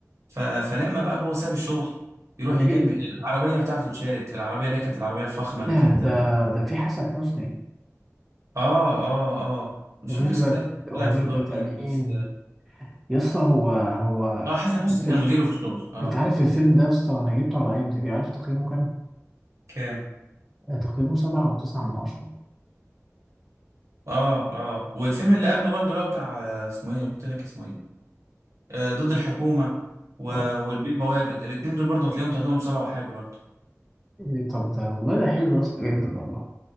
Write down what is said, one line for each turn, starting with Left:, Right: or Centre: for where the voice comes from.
Right: ف... فلما بقى هو ساب الشغل يروح
Centre: انا
Right: يجيب
Centre: جه
Right: العربية بتاعته اتشالت العربية اللي هي كانت العربية الفخمة اللي
Centre: ده
Right: كانت
Centre: ده
Right: اه
Centre: ده في حسن حسني
Right: اه اه مش
Centre: وميرفت
Right: فاكر صدقني كان
Centre: وميرفت
Right: طلع في دور مين
Centre: امين
Right: بس
Centre: يا اسطى هو هو
Right: اه حسن حسني
Centre: الفيلم
Right: كان مديره في الشغل اه
Centre: انت عارف الفيلم ده يا اسطى انا جبته على اي ام دي بي عارف تقييمه كام
Right: كان
Centre: آه، تقييمه سبعة وتسعة من عشرة
Right: اه اه والفيلم اللي قبله برضه اللي هو بتاع آه، اسمه ايه أنا قلت لك اسمه ايه آه ضد الحكومة و...
Centre: اه
Right: والبيه بوابد الاتنين دول برضه هتلاقيهم تقييمهم سبعة وحاجة برضه
Centre: إيه طب ده والله ده حلو يا اسطى جدا والله